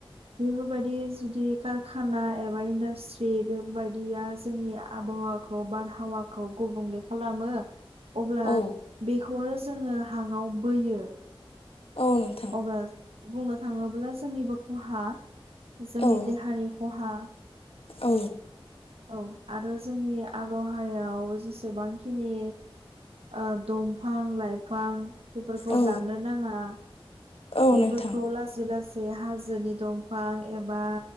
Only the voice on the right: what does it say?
बेफोरबायदि जुदि कारखाना एबा इन्डास्ट्रि बेफोरबायदिया जोंनि आबहावाखौ बारहावा खौ गुबुंले खालामो अब्ला
बेखौनो जोङो हाङाव बोयो।
ओ बुंनो थाङोब्ला जोंनिबो खहा जोंनि
देहानि खहा।
औ आरो जोंनि आबहावायाव जेसेबांखिनि ओ दंफां लाइफां बेफोरखौ
दाननो नाङा।
बेफोरखौ
लासै लासै हाजोनि दंफां एबा